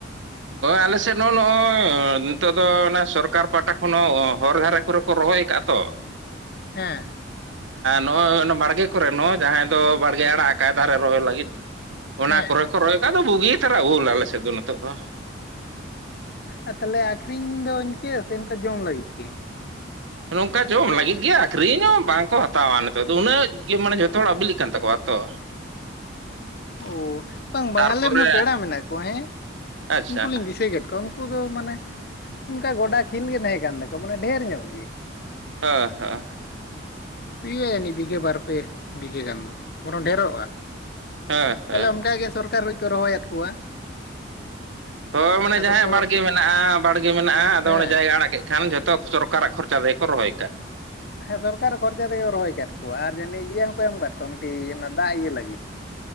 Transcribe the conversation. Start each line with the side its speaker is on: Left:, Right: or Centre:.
Right: ᱟᱞᱮ ᱥᱮᱫ ᱦᱚᱸ ᱱᱚᱜᱼᱚᱭ ᱱᱤᱛᱚᱜ ᱫᱚ ᱚᱱᱟ ᱥᱚᱨᱠᱟᱨ ᱯᱟᱦᱴᱟ ᱠᱷᱚᱱ ᱦᱚᱸ ᱦᱚᱨ ᱫᱷᱟᱨᱮ᱾ <inaudible> ᱨᱚᱦᱚᱭ ᱠᱟᱜᱼᱟ ᱛᱚ
Left: ᱦᱮᱸ
Right: ᱱᱚᱜᱼᱚᱭ ᱵᱟᱲᱜᱮ ᱠᱚᱨᱮ ᱦᱚᱸ ᱡᱟᱸᱦᱟᱸᱭ ᱫᱚ ᱵᱟᱲᱜᱮ ᱟᱲᱟᱜ ᱠᱟᱜᱼᱟᱭ ᱫᱟᱨᱮ ᱨᱚᱦᱚᱭ ᱞᱟᱜᱤᱫ᱾ ᱚᱱᱟ
Left: ᱦᱮᱸ
Right: ᱠᱚᱨᱮ ᱠᱚ ᱨᱚᱦᱚᱭ ᱠᱟᱜᱼᱟ ᱫᱚ ᱵᱩᱜᱤ ᱛᱚᱨᱟ ᱩᱞ ᱟᱞᱮ ᱥᱮᱫ ᱫᱚ ᱱᱤᱛᱚᱜ ᱫᱚ᱾
Left: ᱚ ᱛᱟᱦᱞᱮ ᱟᱠᱷᱨᱤᱧ ᱫᱚ ᱤᱱᱠᱟᱹ ᱥᱮ ᱤᱱᱠᱟᱹ ᱡᱚᱢ ᱞᱟᱹᱜᱤᱫ ᱜᱮ
Right: ᱱᱚᱝᱠᱟ ᱡᱚᱢ ᱞᱟᱜᱤᱫ ᱜᱮᱭᱟ ᱟᱠᱷᱨᱤᱧ ᱫᱚ ᱵᱟᱝᱠᱚ ᱦᱟᱛᱟᱣᱟ ᱱᱤᱛᱚᱜ ᱫᱚ ᱩᱱᱟᱹᱜ ᱜᱮ, ᱢᱟᱱᱮ ᱡᱷᱚᱛᱚ ᱦᱚᱲᱟᱜ ᱵᱤᱞᱤᱜ ᱠᱟᱱ ᱛᱟᱠᱚᱣᱟ ᱛᱚ <unintelligible>
Left: ᱳᱻ ᱵᱟᱝ
Right: ᱛᱟᱨᱯᱚᱨᱮ
Left: ᱵᱟᱝ ᱟᱞᱮ ᱨᱮᱱᱢᱟ ᱯᱮᱲᱟ ᱢᱮᱱᱟᱜ ᱠᱚᱣᱟ ᱦᱮᱸ
Right: ᱟᱪᱪᱷᱟ
Left: ᱩᱱᱠᱩ ᱞᱤᱧ ᱫᱤᱥᱟᱹ ᱠᱮᱫ᱾ ᱩᱱᱠᱩ ᱫᱚ ᱢᱟᱱᱮ ᱚᱱᱠᱟ ᱜᱚᱰᱟ ᱠᱷᱤᱞ ᱜᱮ ᱛᱟᱦᱮᱸ ᱠᱟᱱ ᱛᱟᱠᱚ ᱢᱟᱱᱮ ᱰᱷᱮᱨ ᱧᱚᱜ ᱜᱮ
Right: ᱟ ᱦᱟᱸ
Left: ᱤᱭᱟᱹ ᱟᱹᱱᱤᱡ ᱵᱤᱜᱷᱟᱹ ᱵᱟᱨ ᱯᱮ ᱵᱤᱜᱷᱟᱹ ᱜᱟᱱ ᱫᱚ ᱵᱚᱨᱚᱝ ᱰᱷᱮᱨᱚᱜᱼᱟ᱾
Right: ᱦᱳᱭ ᱦᱳᱭ
Left: ᱛᱟᱞᱦᱮ ᱚᱱᱠᱟᱜᱤ ᱥᱚᱨᱠᱟᱨ ᱠᱷᱚᱪ ᱠᱚ ᱨᱚᱦᱚᱭᱟᱫ ᱠᱚᱣᱟ᱾
Right: ᱦᱚᱭ ᱢᱟᱱᱮ
Left: ᱟᱫᱚ
Right: ᱡᱟᱸᱦᱟᱸᱭᱟᱜ
Left: ᱠᱚ
Right: ᱵᱟᱲᱜᱮ ᱢᱮᱱᱟᱜᱼᱟ ᱵᱟᱲᱜᱮ ᱢᱮᱱᱟᱜᱼᱟ ᱟᱫᱚ
Left: ᱦᱮᱸ
Right: ᱚᱸᱰᱮ ᱡᱟᱭᱜᱟ ᱟᱲᱟᱜ ᱠᱮᱜ ᱠᱷᱟᱱ ᱡᱷᱚᱛᱚ ᱥᱚᱨᱠᱟᱨᱟᱜ ᱠᱷᱚᱨᱪᱟ ᱛᱮᱠᱚ ᱨᱚᱦᱚᱭ ᱠᱟᱜ᱾
Left: ᱦᱮᱸ ᱥᱚᱨᱠᱟᱨᱟᱜ ᱠᱷᱚᱨᱪᱟ ᱛᱮᱜᱮ ᱠᱚ ᱨᱚᱦᱚᱭ ᱠᱟᱫ ᱠᱚᱣᱟ ᱟᱨ ᱡᱟᱱᱤᱡ ᱤᱭᱟᱹ ᱦᱚᱸᱠᱚ ᱮᱢ ᱠᱟᱫ ᱠᱚᱣᱟ ᱢᱤᱫᱴᱤᱡ ᱚᱱᱟ ᱫᱟᱜ ᱤᱭᱟᱹ ᱞᱟᱜᱤᱫ